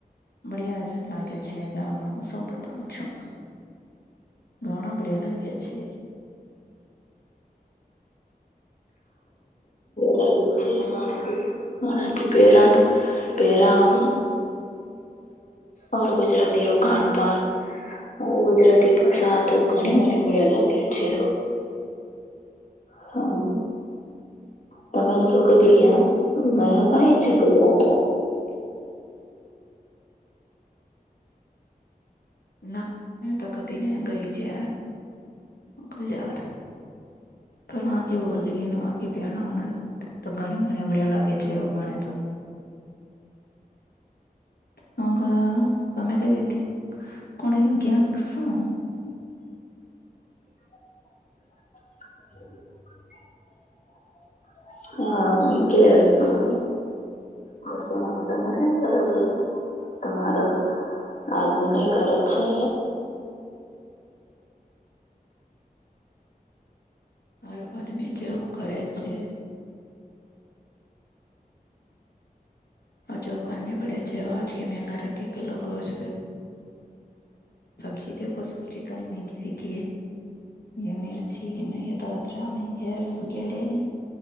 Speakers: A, on the left; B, on the left.
A: મળ્યા આજે જ લાગે છે કે આપણું સોબત તો છું ઘણા બડિયા લાગ્યા છે
B: લાગુ છે એ મને મકી પ્રેરાણ પેરાણ ઓર ગુજરાતીનુ ખાન પાણ હુ ગુજરાતી ભાષા તો ઘણી ગણી બડ્યા લાગ્યા છે હમ્મ તમે શું કહી ગયા ગયા કાઈ છેા ગુજરાતમાં
A: ના મે તો કભી નહી ગઈ છે ગુજરાતમા પણ વા કે બોલીલીએ આ કે પહેણા તો ઘણી ઘણી બડિયા લાગે છે એવું મને તો <inaudible>
B: <inaudible> હા જે અસા વર્ષોના તમે કા કરો છો તમારો આદમી કઈ કરે છે
A: મારો આદમી જોબ કરે છે જોબ કર પડે છે આજ કે મંગા રતે કે લોક <unintelligible> ચિકન મેિગવી કે યે મિર્ચી ન તતરા મગેડિયા ની